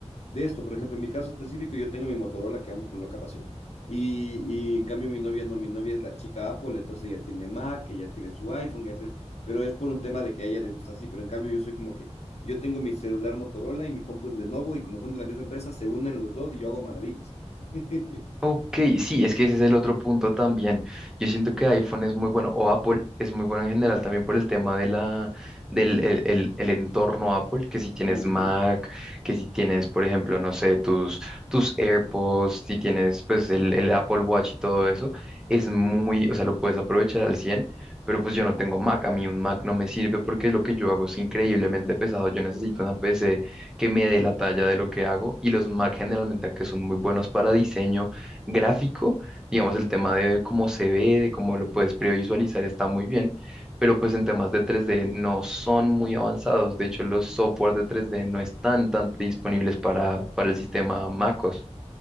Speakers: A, on the left; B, in the centre.
A: de esto. Por ejemplo, en mi caso específico, yo tengo mi Motorola que amo con loca pasión. Y, y en cambio mi novia no, mi novia es la chica Apple, entonces ella tiene Mac, ella tiene su iPhone, ella tiene pero es por un tema de que a ella le gusta así, pero en cambio yo soy como que yo tengo mi celular Motorola y mi compu es Lenovo y como son de la misma empresa se unen los dos y yo hago maravillas. <laughs>
B: Ok, sí, es que ese es el otro punto también. Yo siento que iPhone es muy bueno, o Apple es muy bueno en general también por el tema de la, del el, el- el entorno Apple, que si tienes
A: Ujú,
B: Mac, que si tienes, por ejemplo, no sé, tus, tus AirPods, si tienes pues el, el Apple Watch y todo eso, es muy,
A: ujú,
B: o sea, lo puedes aprovechar al 100. pero pues yo no tengo Mac, a mí un Mac no me sirve porque lo que yo hago es increíblemente pesado, yo necesito una PC que me dé la talla de lo que hago y los Mac generalmente que son muy buenos para diseño gráfico, digamos, el tema de cómo se ve, de cómo lo puedes previsualizar está muy bien, pero
A: ujú.
B: pues en temas de 3D no son muy avanzados. De hecho, los software de 3D no están tan disponibles para, para el sistema MacOS.